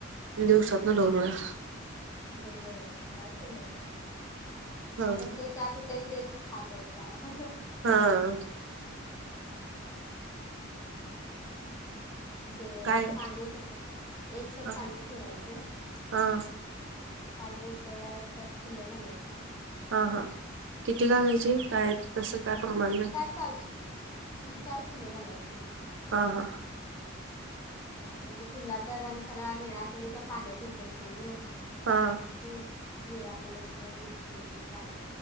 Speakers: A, on the right (about 65°); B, on the left (about 15°).
A: दिवसात न दोन वेळा.
B: दोन वेळा सकाळ संध्याकाळ.
A: हा
B: आपण तो चा पता तेच ख प्यायचा..
A: हा हा
B: हम्म. ते
A: काय
B: पाणी ठेवा, एक कप
A: हा
B: पाणी ठेवायच.
A: हा
B: पाणी उकळल्यावर त्यात फुल घालायची.
A: हा हा, किती कागायचे काय तस काय प्रमाण नाही.
B: चालत तीन चार फुल घालायची
A: हां हां.
B: हा, मग ते फुलाचा रंग सगळा निळा कि नाही त्या पाण्यात उतरतोय ग
A: हा
B: अस पूर.. निळ्या कलरची असे दिसते ती पाणी.